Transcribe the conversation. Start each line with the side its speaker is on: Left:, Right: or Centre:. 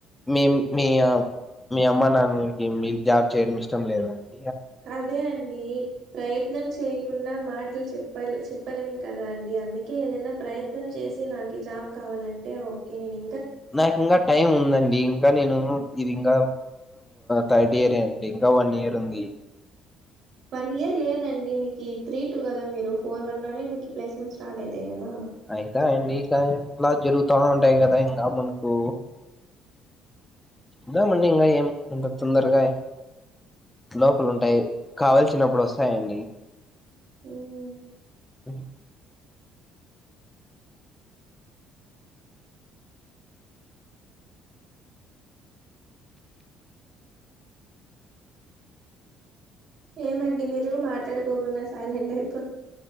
Left: మేం మీ మీ అమ్మ నాన్నకి మీ జాబ్ చేయడం ఇష్టం లేదాండి.
Right: అదే అండి ప్రయత్నం చేయకుండా మాట చెప్ప చెప్పలేం కదా అండి అందుకే ఏదైనా ప్రయత్నం చేసి నాకు జాబ్ కావాలంటే ఓకే నేను
Left: నాకు ఇంకా టైం ఉందండి ఇంకా నేను ఇది ఇంకా థర్డ్ ఇయర్ ఏ అండి ఇంకా వన్ ఇయర్ ఉంది.
Right: వన్ ఇయర్ లేదండి మీకు త్రీ టు కదా మీరు ఫోర్ వన్ లోనే మీ ప్లేస్మెంట్ స్టార్ట్ అయితాయి కదా
Left: అయితా అండి ఇంకా ఇలా జరుగుతూ ఉంటాయి కదా ఇంకా మనకు తా మన్నీంగా ఏం అంత తొందరగా లోపలు ఉంటాయి కావల్సినప్పుడు వస్తాయండి
Right: హ్మ్.
Left: అ
Right: ఏమండి మీరు మాట్లాడుకోకుండా సైలెంట్ అయిపో